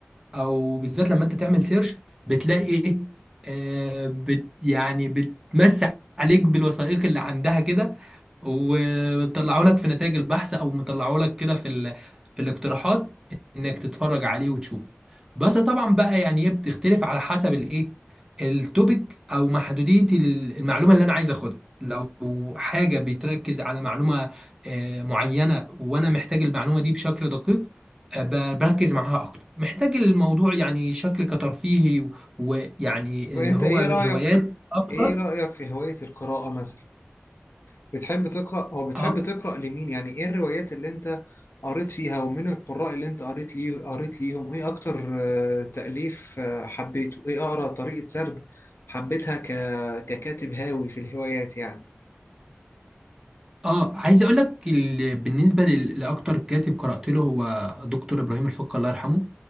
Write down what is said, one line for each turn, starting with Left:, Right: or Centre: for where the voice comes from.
Right: او بالذات لما انت تعمل سيرش بتلاقي ايه آه بت يعني بتمسح عليك بالوثائق اللي عندها كده وطلعوا لك في نتائج البحث او مطلعوا لك كده في ال... في الاقتراحات انك تتفرج عليه وتشوفه بس طبعا بقى يعني هي بتختلف على حسب الايه التوبيك او محدودية ال- المعلومة اللي انا عايز اخدها لو حاجة بتركز على معلومة آه، معينة وانا محتاج المعلومة دي بشكل دقيق آه، ب- بركز معاها اكتر محتاج الموضوع يعني شكل كترفيهي و- ويعني
Left: طب انت
Right: اللي هو
Left: ايه
Right: هوايات
Left: رأيك
Right: اكتر
Left: ايه رأيك في هواية القراءة مثلا بتحب تقرأ او بتحب
Right: آه.
Left: تقرأ لمين يعني ايه الروايات اللي انت قريت فيها ومن القراء اللي انت قريت ليه قريت ليهم ايه اكتر آه، تأليف آه، حبيته ايه اقرأ طريقة سرد حبيتها ك... ككاتب هاوي في الهوايات يعني
Right: اه عايز اقول لك ال... بالنسبه لل- لاكتر كاتب قرات له هو دكتور ابراهيم الفقي الله يرحمه